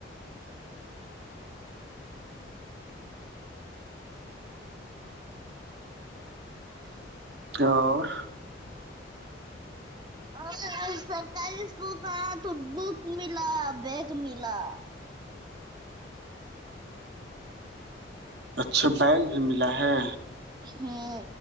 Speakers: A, on the right (about 55°); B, on the right (about 20°).
A: اور
B: اور سرکاری اسکول کا تو بک ملا بیگ ملا
A: اچھا بیگ بھی ملا ہے
B: ہوں